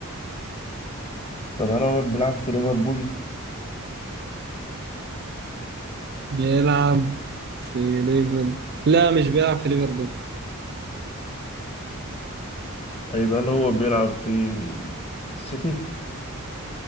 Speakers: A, on the left (about 30°); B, on the right (about 50°).
A: طب هل هو بيلعب في ليفربول؟
B: بيلعب في ليفربول لا مش بيلعب في ليفربول
A: طيب هل هو بيلعب في السيتي؟